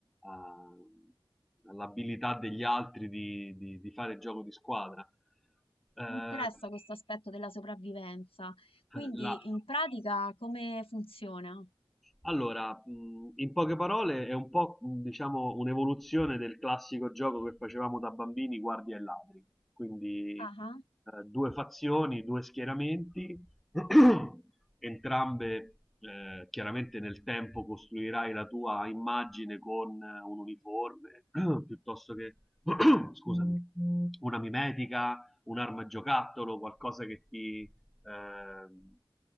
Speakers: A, in the centre; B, on the left (about 80°).
A: a- all'abilità degli altri di, di- di fare gioco di squadra. Eh,
B: mi interessa questo aspetto della sopravvivenza, quindi
A: la,
B: in pratica come funziona?
A: Allora, mhmm, in poche parole è un po', mhmm, diciamo un'evoluzione del classico gioco che facevamo da bambini, guardie e ladri. Quindi,
B: Ah,
A: ehm, 2 fazioni, 2 schieramenti, <clears throat> entrambe ehm, chiaramente nel tempo costruirai la tua immagine con un uniforme, <clears throat> piuttosto che <clears throat> scusami, una mimetica, un'arma a giocattolo, qualcosa che ti ehm,